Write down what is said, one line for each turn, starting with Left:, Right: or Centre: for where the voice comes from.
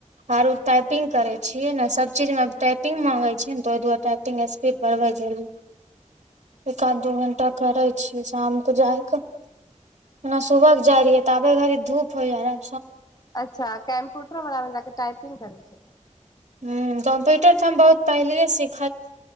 Right: आर उ टाइपिंग करे छीये ने सब चीज में टाइपिंग में त ओहि दुआरे स्पीड बढ़बै छलीय एक आध दू घण्टा करै छियै शाम के जाइके एना सुबहके जाय रहियै तऽ आबे घड़ी धूप होई जाय रहय
Left: अच्छा कम्प्यूटर बला मे टाइप करै छल
Right: ह कम्प्यूटर तऽ हम बहुत पहिल सँ